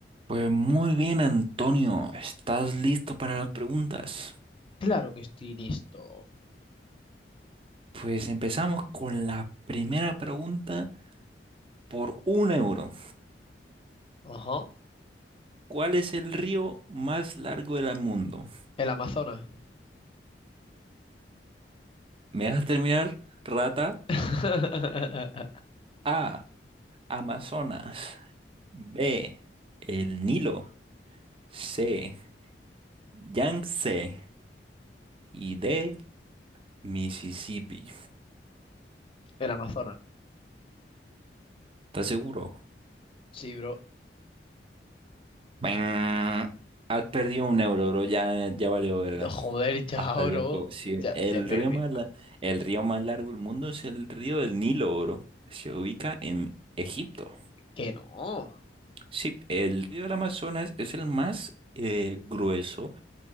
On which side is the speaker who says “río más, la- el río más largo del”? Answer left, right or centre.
Right